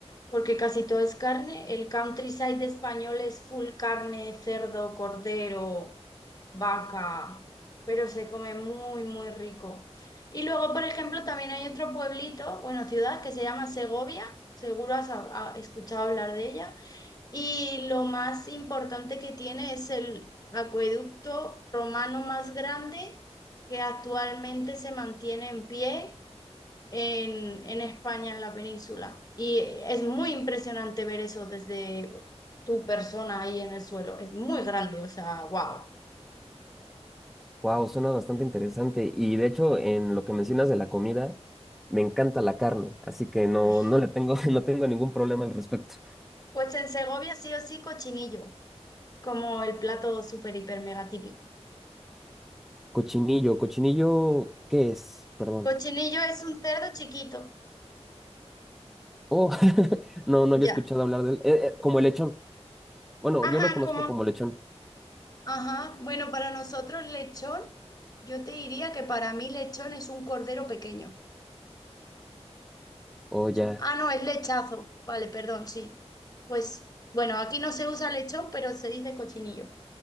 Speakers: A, on the left; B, in the centre.
A: porque casi todo es carne. El countryside español es full carne, cerdo, cordero, vaca, pero se come muy, muy rico. Y luego, por ejemplo, también hay otro pueblito, bueno, ciudad que se llama Segovia. Seguro has ha- escuchado hablar de ella. Y lo más importante que tiene es el acueducto romano más grande que actualmente se mantiene en pie en, en España, en la península. Y es muy impresionante ver eso desde tu persona ahí en el suelo. Es muy grande, o sea, wow.
B: Wow, suena bastante interesante. Y de hecho, en lo que mencionas de la comida, me encanta la carne, así que no,
A: Uy.
B: no le tengo, <laughs> no tengo ningún problema al respecto.
A: Pues en Segovia sí o sí cochinillo, como el plato súper, hiper, mega típico.
B: Cochinillo, cochinillo, ¿qué es? Perdón.
A: Cochinillo es un cerdo chiquito,
B: Oh, <laughs> no, no
A: ya.
B: había escuchado hablar del... eh, eh, como el lechón. Bueno,
A: Ajá,
B: yo lo conozco
A: como,
B: como lechón.
A: Ajá, bueno, para nosotros lechón, yo te diría que para mí lechón es un cordero pequeño.
B: Oh, ya.
A: Cho- Ah, no, es lechazo. Vale, perdón, sí. Pues bueno, aquí no se usa lechón, pero se dice cochinillo.